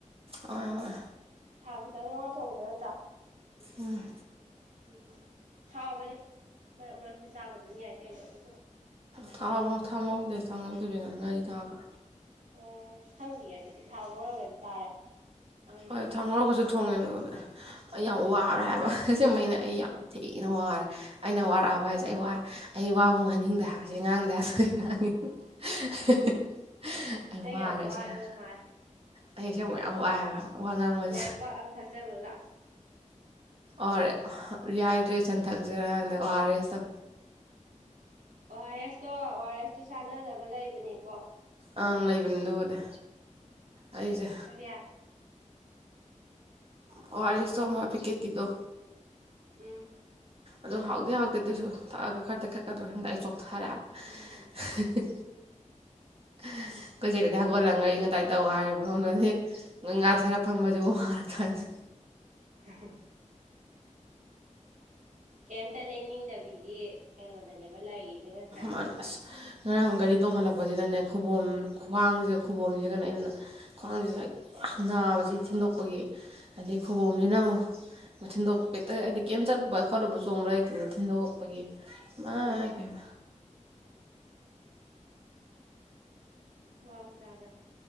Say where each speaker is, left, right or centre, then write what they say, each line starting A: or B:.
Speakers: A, on the right; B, on the right.
A: ꯍꯣꯏ ꯍꯣꯏ
B: ꯊꯥꯎ ꯈꯤꯇꯪ ꯉꯧꯔ ꯊꯣꯡꯕꯗꯣ ꯅꯠꯇ꯭ꯔꯥ
A: ꯎꯨꯝ
B: ꯎꯝ ꯍꯥꯎꯕꯅꯦ ꯃꯔꯛ ꯃꯔꯛꯇ ꯆꯥꯕ ꯑꯗꯨꯝ ꯌꯥꯏ ꯀꯩꯅꯣ ꯑꯗꯨꯖꯨ
A: ꯊꯥꯎꯅꯨ ꯊꯥꯎ ꯉꯧꯗꯦ ꯊꯥꯎ ꯉꯧꯗꯕꯤ ꯉꯥꯔꯤ ꯊꯥꯛꯑꯒ
B: ꯎꯝ ꯈꯪꯗꯤꯌꯦ ꯑꯗꯨꯗꯤ ꯊꯥꯎ ꯉꯧꯔꯒꯗꯤ ꯆꯥꯔꯦ ꯉꯧꯗꯕꯤꯗꯤ
A: ꯍꯣꯏ ꯊꯥꯎ ꯉꯧꯔꯒꯖꯨ
B: ꯆꯥꯗ꯭ꯔꯤ
A: ꯊꯣꯡꯉꯦ ꯑꯗꯨꯕꯨꯗꯤ ꯑꯩ
B: ꯎꯝ
A: ꯌꯥꯝ ꯋꯥꯔꯦ ꯍꯥꯏꯕ ꯑꯁꯦꯡꯕꯩꯅꯦ ꯑꯩ ꯌꯥꯝ ꯊꯤꯅ ꯋꯥꯔꯦ ꯑꯩꯅ ꯋꯥꯔꯛꯑꯕ ꯍꯥꯏ ꯑꯩ ꯋꯥ ꯑꯩ ꯋꯥꯕꯣꯛ ꯉꯥꯡꯅꯤꯡꯗꯦ ꯍꯥꯏꯕꯖꯦ ꯉꯥꯡꯗ ꯌꯥꯗꯕꯒꯤ ꯉꯥꯡꯉꯤ ꯍꯥ ꯍꯥ ꯍꯥ ꯍ ꯑꯩ
B: ꯅꯪ
A: ꯋꯥꯔꯦ
B: ꯌꯥꯝ ꯋꯥꯔꯕ
A: ꯑꯁꯦꯡꯕ
B: ꯃꯥꯜꯂꯦ
A: ꯑꯩ ꯑꯁꯦꯡꯕ ꯌꯥꯝ ꯋꯥꯏ ꯍꯥꯏꯕ ꯋꯥ ꯉꯥꯡꯕ <unintelligible>
B: ꯅꯥꯏꯠ ꯋꯥꯛ ꯑꯃ ꯊꯛꯆꯜꯂꯨ ꯂꯥꯛꯑꯣ
A: ꯑꯣꯔꯦ ꯔꯤꯍꯥꯏꯗ꯭ꯔꯦꯁꯟ ꯊꯛꯁꯤꯔ ꯈꯪꯗꯦ ꯑꯣ ꯑꯥꯔ ꯑꯦꯁꯇꯣ
B: ꯑꯣ ꯑꯥꯔ ꯑꯦꯁꯇꯣ ꯑꯣ ꯑꯥꯔ ꯑꯦꯁꯇꯣ ꯆꯥꯟꯅꯗꯕ ꯂꯩꯕꯅꯤꯀꯣ
A: ꯑꯪ ꯂꯩꯕꯅꯤ ꯗꯨꯕꯨꯗꯤ ꯑꯩꯖꯦ
B: ꯀꯔꯤꯌꯥ
A: ꯑꯣ ꯑꯥꯔ ꯑꯦꯁꯇꯣ ꯑꯃ ꯄꯤꯀꯦꯠꯀꯤꯗꯣ
B: ꯎꯨꯝ
A: ꯑꯗꯣ ꯍꯥꯎꯗꯤ ꯍꯥꯎꯇꯦ ꯑꯗꯨꯏꯖꯨ ꯊꯛꯑꯒ ꯈꯔ ꯇꯦꯛꯈꯠꯀꯗ꯭ꯔ ꯈꯪꯗꯦ ꯑꯩ ꯆꯣꯛꯊꯔꯦ ꯍꯥꯏꯕ ꯍ
B: ꯎꯝ
A: <unintelligible> ꯀꯣꯏ ꯀꯩꯅꯣꯗꯩ ꯍꯧꯒꯠꯂꯒ ꯉꯥꯔꯤ
B: ꯐꯔꯦ
A: ꯉꯥꯇꯥꯏ ꯇꯧ <unintelligible> ꯁꯣꯝꯗꯗꯤ ꯉꯥꯊꯔ ꯐꯝꯕꯖꯨ ꯋꯥꯔꯀꯥꯟꯖꯤ
B: <unintelligible> ꯀꯌꯤꯝꯇ ꯂꯦꯡꯅꯤꯡꯗꯕꯤꯒꯤ ꯀꯩꯅꯣꯗꯅꯦꯕ ꯂꯩꯔꯤꯖꯦ ꯅꯠꯇ꯭ꯔꯥ
A: ꯃꯥꯅ ꯑꯁ ꯉꯔꯥꯡ ꯒꯥꯔꯤ ꯇꯣꯡꯈꯠꯂꯛꯄꯖꯤꯗꯅꯦ ꯈꯨꯕꯣꯝ ꯈ꯭ꯋꯥꯡꯖꯤꯒ ꯈꯨꯕꯣꯝꯖꯤꯒꯅ ꯑꯩꯅꯅꯦ ꯈ꯭ꯋꯥꯡꯖꯤꯖꯨ ꯍꯦꯛ ꯅꯥꯕꯖꯤ ꯊꯤꯟꯗꯣꯛꯄꯒꯤ ꯑꯗꯩ
B: ꯎꯝ
A: ꯈꯨꯕꯣꯝꯖꯤꯅ ꯑꯃꯨꯛ ꯊꯤꯟꯗꯣꯛꯄ ꯍꯦꯇ ꯍꯥꯏꯗꯤ ꯀ꯭ꯌꯤꯝ ꯆꯠꯂꯨꯕ ꯈꯣꯠꯂꯨꯕꯖ ꯂꯩꯇꯦꯅ ꯊꯤꯟꯗꯣꯛꯛꯄꯒꯤ ꯃꯥꯏꯄꯦꯝꯃ
B: ꯎꯝ ꯋꯥꯕ ꯇꯥꯕꯅꯦ